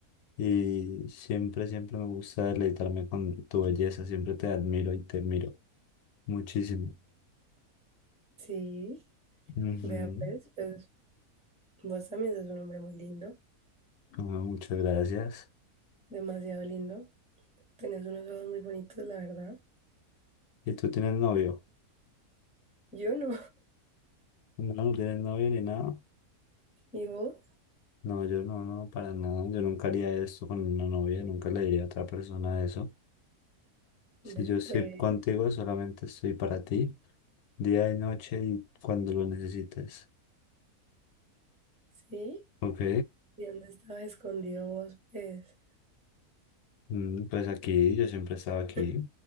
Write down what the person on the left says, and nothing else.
y siempre, siempre me gusta deleitarme con tu belleza, siempre te admiro y te miro muchísimo.
Ujú.
Ah, muchas gracias.
¿Y tú tienes novio?
No, no tienes novio ni nada.
No, yo no, no, para nada. Yo nunca haría esto con una novia, nunca le diría a otra persona eso.
Si yo estoy
contigo, solamente estoy para ti, día y noche y cuando lo necesites.
¿Ok?
Mm, Pues aquí, yo siempre he estado aquí.